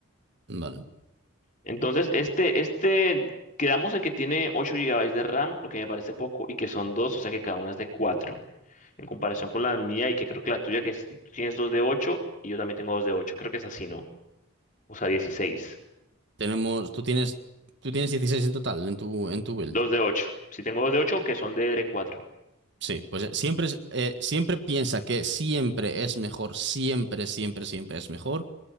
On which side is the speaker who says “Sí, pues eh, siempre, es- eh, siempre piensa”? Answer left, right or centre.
Right